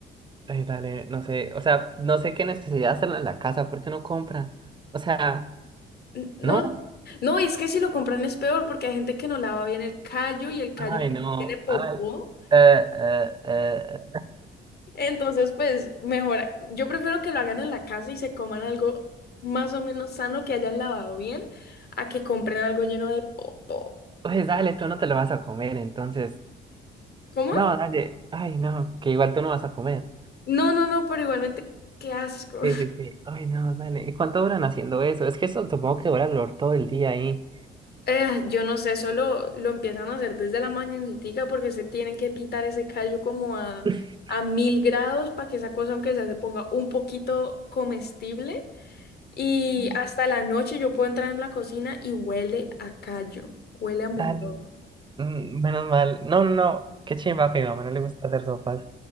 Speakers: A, on the right; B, on the left.
A: Ay, dale, no sé, o sea, no sé qué necesidad hacerlo en la casa, ¿por qué no compran? O sea,
B: N- No
A: ¿no?
B: No, y es que si lo compran es peor porque hay gente que no lava bien el callo y el callo
A: Ay,
B: después
A: no,
B: tiene popó.
A: ay, eh, eh, eh,
B: Entonces, pues mejor. Yo prefiero que lo hagan en la casa y se coman algo más o menos sano que hayan lavado bien a que compren algo lleno de popó.
A: pues dale, tú no te lo vas a comer, entonces,
B: ¿Cómo?
A: no, dale, ay, no, que igual tú no vas a comer.
B: No, no, no, pero igualmente, qué asco. <laughs>
A: Sí, sí, sí, ay, no, dale, ¿y cuánto duran haciendo eso? Es que eso supongo que dura lo- todo el día ahí.
B: Eh, yo no sé, solo lo empiezan a hacer desde la mañanitica porque se tienen que pitar ese callo como a,
A: <laughs>
B: a mil grados para que esa cosa, aunque sea, se ponga un poquito comestible. Y
A: Mm.
B: hasta la noche yo puedo entrar en la cocina y huele a callo, huele a
A: Dale,
B: mondongo.
A: mm, menos mal, no, no, no, qué chimba que a mi mamá no le gusta hacer sopas,